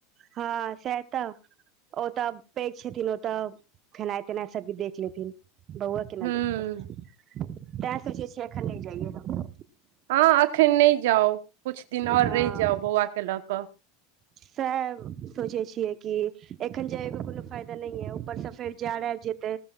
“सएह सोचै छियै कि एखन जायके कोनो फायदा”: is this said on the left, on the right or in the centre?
Right